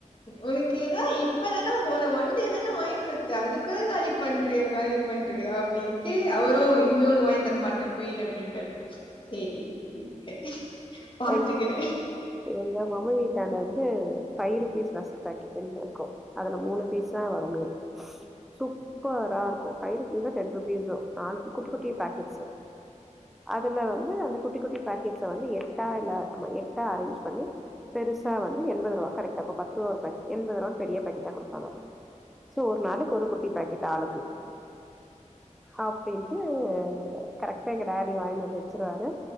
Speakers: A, on the left; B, in the centre.
A: உனக்கு ஏனா இப்பதானம போன மண்டேதானே வாங்குத்தே அதுக்குள காலி பண்றியா காலி பண்றியா அப்டின்ட்டு அவரு இ னிமே ஒனக் வாங்கி தர மாட்டே போயிடு அப்டின்ட்டாரு சேரி <unintelligible> பாத்துக்கிறே
B: எங் எங்க மாமா வீ டாண்ட வந்து ஃபை ருப்பீஸ் ரஸ்கு பாக்கெட்டுன் இருக்கு அதுல‌ மூணு பீஸ் தா வருமே சூப்பரா இருக்கு ஃபை ருப்பீஸோ டென் ருப்பீஸோ <unintelligible> குட்டி குட்டி பாக்கெட்ஸு அதுல வந்து அந்த குட்டி குட்டி பாக்கெட்ஸ வந்து எட் டால நம்ம எட்டா அரேன்ஜ் பண்ணி பெருசா வந்து எண்பது ருபா கரெக்ட் அப்ப பத்துருவா ஒரு பாக்கெட் எண்பது ருவான் பெரிய பாக்கெட்டா குடுப்பாங்க சோ ஒரு நாளைக்கு ஒரு குட்டி பாக்கெட் ஆளுக்கு அப்டின்டு கரெக்டா எங்க டாடி வாங்கினுவந்து வச்சுருவாரு